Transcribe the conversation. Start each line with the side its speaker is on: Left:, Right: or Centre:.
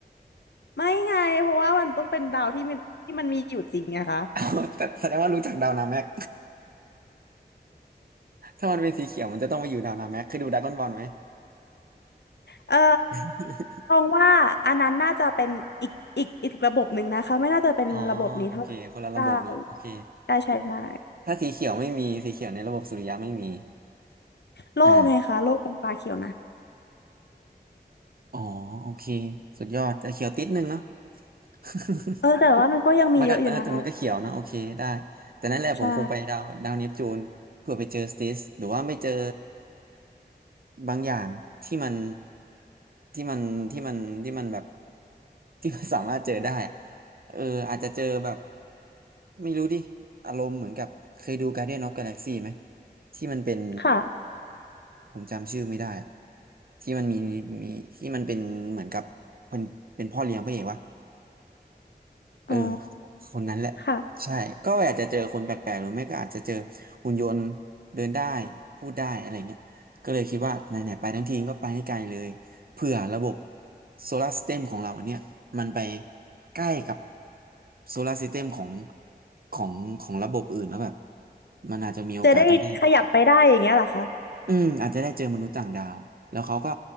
Left: ไม่ไงเพราะว่ามันต้องเป็นดาวที่มันที่มันมีอยู่จริงไงคะ
Right: <laughs> เอาแต่แสดงว่ารู้จักดาวนาแม็ก ถ้ามันเป็นสีเขียวมันจะต้องมาอยู่ดาวนาแม็กเคือดูดราก้อนบอลไหม
Left: เออ
Right: <laughs>
Left: ตรงว่าอันนั้นน่าจะเป็นอีกอีกอีกระบบหนึ่งนะคะไม่น่าจะเป็นระบบนี้เท่าไหร่ได้
Right: อ๋อโอเคคนละระบบเนาะโอเค
Left: ได้ใช่ใช่
Right: ถ้าสีเขียวไม่มีสีเขียวในระบบสุริยะไม่มี
Left: โลกไงคะโลกเป็นปลาเขียวนะ
Right: อ่าอ๋อโอเคสุดยอดจะเขียวติดนึงเนาะ <laughs>
Left: เออแต่ว่ามันก็ยังมีเยอะอยู่นะคะ
Right: มันก็เออแต่มันก็เขียวนะโอเคได้แต่นั่นแหละผมคงไปดาวดาวเนปจูนเพื่อไปเจอสติสหรือว่าไม่เจอ
Left: ใช่
Right: บางอย่างที่มันที่มันที่มันที่มันแบบที่มันสามารถเจอได้อะเอออาจจะเจอแบบไม่รู้ดิอารมณ์เหมือนกับเคยดู Guardian of Galaxy ไหมที่มันเป็น
Left: ค่ะ
Right: ผมจำชื่อไม่ได้อะที่มันมีมีที่มันเป็นเหมือนกับเป็นเป็นพ่อเลี้ยงพระเอกวะ เออ
Left: อ๋อ
Right: คนนั้นแหละ
Left: ค่ะ
Right: ใช่ก็อาจจะเจอคนแปลกๆหรือไม่ก็อาจจะเจอหุ่นยนต์เดินได้พูดได้อะไรเงี้ยก็เลยคิดว่าไหนๆไปทั้งทีก็ไปให้ไกลเลยเผื่อระบบโซลาร์ส y ต e มของเราอันเนี้ยมันไปใกล้กับโซลาร์ส y ต e มของของของระบบอื่นแล้วแบบมันอาจจะมีโอกาสที่ได้
Left: จะได้ขยับไปได้อย่างเงี้ยเหรอคะ
Right: อืมอาจจะได้เจอมนุษย์ต่างดาวแล้วเขาก็